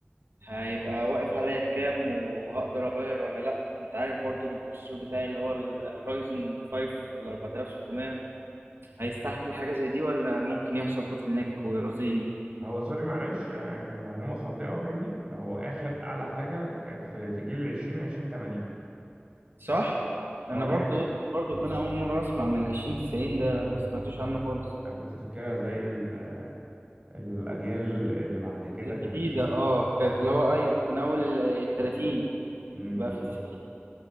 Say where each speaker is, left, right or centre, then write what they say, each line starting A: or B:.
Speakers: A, on the right (about 80°); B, on the right (about 25°).
A: هيبقى واقف عليا بكام وهقدر اغير ولا لا انت عارف برضو البروسيسور بتاعي اللي هو الرايزون 5 ال 4600 هيستحمل حاجه زي دي ولا ممكن يحصل بوتل نيك ويرضيني
B: هو سوري معلش يعني معلومة خاطئة مني هو آخر أعلى حاجة كانت في, في جيل العشرين عشرين تمانين
A: صح
B: اه
A: انا
B: مم.
A: برضو
B: يعني
A: قلت برضو ان انا اول مره اسمع عن ال 20 90 ده ما سمعتوش عنه خالص
B: أنا كنت فاكرها زي ال... الأجيال اللي بعد كده
A: الجديده
B: كان في تسعين
A: اه كانت اللي هو ايوه من اول آه، 30
B: أمم،
A: بقى
B: بالظبط
A: في 90